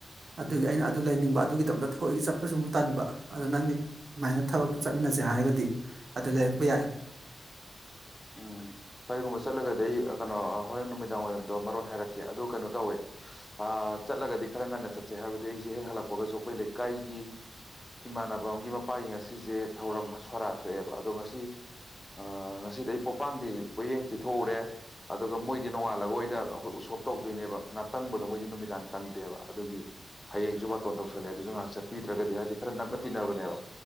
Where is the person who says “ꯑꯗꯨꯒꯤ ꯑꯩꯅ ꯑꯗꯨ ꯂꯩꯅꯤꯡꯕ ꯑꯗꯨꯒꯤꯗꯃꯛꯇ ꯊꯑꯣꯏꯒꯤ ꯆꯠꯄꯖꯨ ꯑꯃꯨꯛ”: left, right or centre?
Right